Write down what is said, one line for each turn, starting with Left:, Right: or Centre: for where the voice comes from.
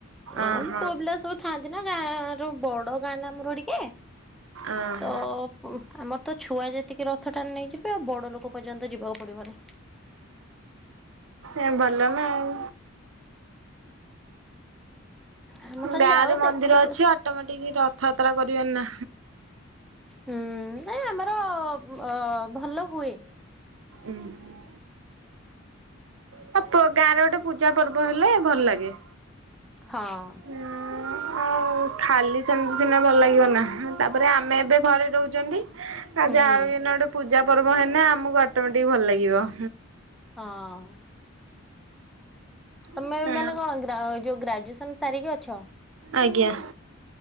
Right: ଅହ
Centre: ଏ ପୁଅ ପିଲା ସହ ଥାଆନ୍ତି ନା ଯାହାର ବଡ ଗାଁ ନା ଆମର ଟିକେ।
Right: ଆଁ
Centre: ଅ ଅ ଆମର ତ ଛୁଆ ଯେତିକି ରଥଟାଣି ନେଇଯିବେ, ବଡ ଲୋକ ପର୍ଯ୍ୟନ୍ତ ଯିବାକୁ ପଡିବନି!
Right: ଏ ଭଲ ନା ଆଉ।
Centre: ଆମେ ଖାଲି
Right: ଗାଁ
Centre: ଯାଉ
Right: ରେ ମନ୍ଦିର
Centre: ଦେଖିକି
Right: ଅଛି,
Centre: ଆସୁ।
Right: ଅଟୋମେଟିକ ରଥଯାତ୍ରା କରିବେନି ନା।
Centre: ହୁଁ ନାଇ ଆମର ଅ ଭଲ ହୁଏ।
Right: ଉୁଁ ହୁଁ। ହଁ, ତୋ ଗାଁରେ ଗୋଟେ ପୂଜା ପର୍ବ ହେଲେ ଭଲ ଲାଗେ!
Centre: ହଁ
Right: ହୁଁ ଆଉ ଓ ଖାଲି ସେମିତି ସିନା ଭଲ ଲାଗିବନା, ତାପରେ ଆମେ ଏବେ ଘରେ ରହୁଚନ୍ତି।
Centre: ହୁଁ
Right: ଯାହାବିକିନା ଗୋଟେ ପୂଜା ପର୍ବ ହେନେ, ଆମକୁ ଅଟୋମେଟିକ ଭଲ ଲାଗିବ!
Centre: ହଁ। ତମେ
Right: ହଁ
Centre: ଏମାନେ କଣ ଗ୍ରା ଯୋଉ ଗ୍ରାଜୁଏସନ ସାରିକି ଅଛ?
Right: ଆଜ୍ଞା।